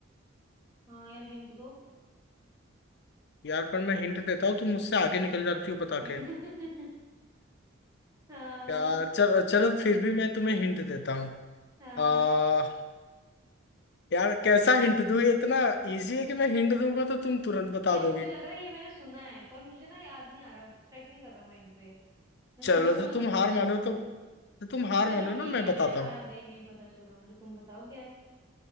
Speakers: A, on the right; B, on the left.
A: हाँ यार हिंट दो
B: यार पर मैं हिंट देता हूँ तुम मुझसे आगे निकल जाती हो बता
A: <laughs>
B: के
A: हाँ
B: यार चल चलो फिर भी मैं तुम्हें हिंट देता हूँ
A: हाँ
B: आ
A: हाँ।
B: यार कैसा हिंट दूँ ये इतना इजी है कि मैं हिंट दूंगा तो तुम तुरंत बता
A: यार मुझे
B: दोगी
A: लग रहा है ये मैंने सुना है पर मुझे ना याद नहीं आ रहा स्ट्राइक नहीं कर रहा माइंड पे मैं
B: चलो
A: सुना सुना
B: तो
A: लग
B: तुम
A: रहा
B: हार
A: है
B: मानो तो, तो तुम हार
A: चलो
B: मानो
A: ठीक
B: ना मैं
A: है
B: बताता
A: मैं हार
B: हूँ
A: गई नहीं पता चल रहा मुझे तुम बताओ क्या है